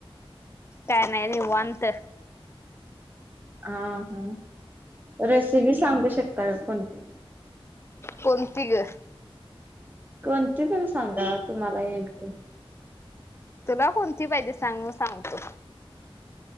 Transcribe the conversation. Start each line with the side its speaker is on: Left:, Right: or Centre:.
Left: काय नाही निवांत.
Right: हा हा रेसिपी सांगू शकता का कोणती?
Left: कोणती ग?
Right: कोणते पण सांगा तुम्हाला येईल ते.
Left: तुला कोणती पाहिजे सांग सांगतो?